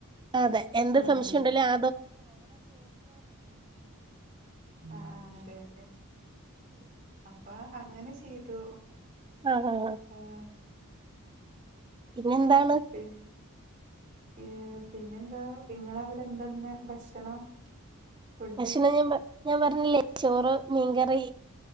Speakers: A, on the right (about 20°); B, on the right (about 35°).
A: അതൊന്ന്ഓണാക്കിനോക്കിയാമതിയല്ലോ.
B: ആ അതെ ആഹ്അതെഅതെഅപ്പഅങ്ങനെ ചെയ്തു.
A: ആഹ്ആഹ്
B: ആഹ്
A: പിന്നെന്താണ്
B: പി ഏഹ്പിന്നെന്താഇങ്ങളവിടെന്താ ഇന്ന് ഭക്ഷണം. ഫുഡ്?
A: ഭക്ഷണംഞാഞാൻപറഞ്ഞില്ലേ ചോറ്മീൻകറി